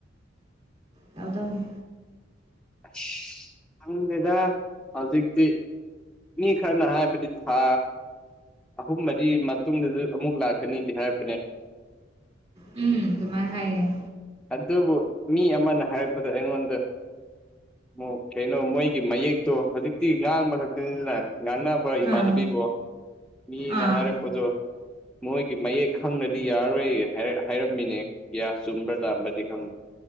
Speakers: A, on the right; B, in the centre.
A: ꯇꯧꯗꯧꯅꯤ
B: ꯏꯁ ꯈꯪꯗꯦꯗ ꯍꯧꯖꯤꯛꯇꯤ ꯃꯤ ꯈꯔꯅ ꯍꯥꯏꯕꯗꯤ ꯊꯥ ꯑꯍꯨꯝ ꯃꯔꯤ ꯃꯇꯨꯡꯗꯗꯤ ꯑꯃꯨꯛ ꯂꯥꯛꯀꯅꯤꯗꯤ ꯍꯥꯏꯔꯛꯄꯅꯦ
A: ꯎꯝ ꯗꯨꯃꯥꯏ ꯍꯥꯏꯌ‌ꯦ
B: ꯑꯗꯨꯕꯨ ꯃꯤ ꯑꯃꯅ ꯍꯥꯏꯔꯛꯄꯗ ꯑꯩꯉꯣꯟꯗ ꯃ‌ꯣ ꯀꯩꯅꯣ ꯃꯣꯏꯒꯤ ꯃꯌꯦꯛꯇꯣ ꯍꯧꯖꯤꯛꯇꯤ ꯉꯥꯡꯕ ꯈꯛꯇꯅꯤꯗꯅ ꯉꯥꯡꯅ ꯕꯥ ꯏꯃꯥꯟꯅꯕꯤꯒ‌ꯣ
A: ꯑꯥ
B: ꯃꯤꯅ
A: ꯑꯥ
B: ꯍꯥꯏꯔꯛ ꯄꯗꯣ ꯃꯣꯏꯒꯤ ꯃꯌꯦꯛ ꯈꯪꯅꯗꯤ ꯌꯥꯔꯣꯏ ꯍꯥꯢ ꯍꯥꯏꯔꯝꯃꯤꯅꯦ ꯀꯌꯥ ꯆꯨꯝꯕ꯭ꯔꯥ ꯂꯥꯟꯕꯗꯤ ꯈꯪ